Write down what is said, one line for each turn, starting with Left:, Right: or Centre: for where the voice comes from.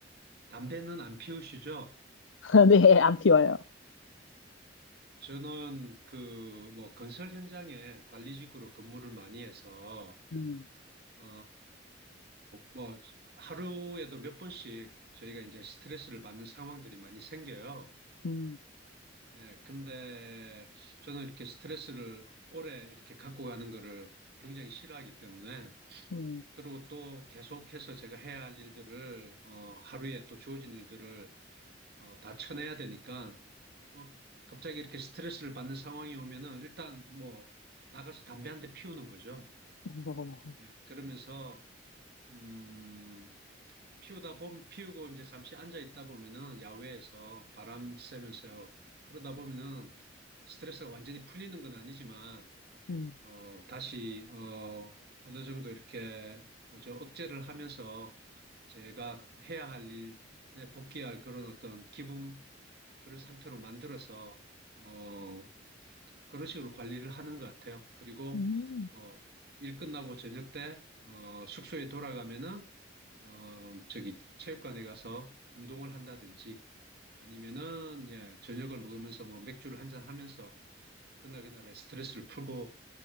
Right: 담배는 안 피우시죠?
Left: <laughs> 네, 안 피워요.
Right: 저는 그, 뭐, 건설 현장에 관리직으로 근무를 많이 해서,
Left: 음,
Right: 어, 뭐, 하루에도 몇 번씩 저희가 이제 스트레스를 받는 상황들이 많이 생겨요.
Left: 음,
Right: 예, 근데 저는 이렇게 스트레스를 오래 이렇게 갖고 가는 거를 굉장히 싫어하기 때문에,
Left: 음,
Right: 그리고 또 계속해서 제가 해야 할 일들을, 어, 하루에 또 주어진 일들을 어, 다 쳐내야 되니까, 어, 갑자기 이렇게 스트레스를 받는 상황이 오면은 일단 뭐 나가서 담배 한 대 피우는 거죠.
Left: <laughs> 음,
Right: 예, 그러면서, 음, 피우다 보면, 피우고 이제 잠시 앉아 있다 보면은 야외에서 바람 쐬면서 그러다 보면은 스트레스가 완전히 풀리는 건 아니지만
Left: 음, 음,
Right: 어, 다시, 어, 어느 정도 이렇게, 뭐죠, 억제를 하면서 제가 해야 할 일에 복귀할 그런 어떤 기분, 그런 상태로 만들어서, 어, 그런 식으로 관리를 하는 것 같아요. 그리고,
Left: 음,
Right: 뭐, 일 끝나고 저녁 때, 어, 숙소에 돌아가면은, 어, 저기, 체육관에 가서 운동을 한다든지, 아니면은, 예, 저녁을 먹으면서 뭐 맥주를 한잔 하면서, 그날 그날의 스트레스를 풀고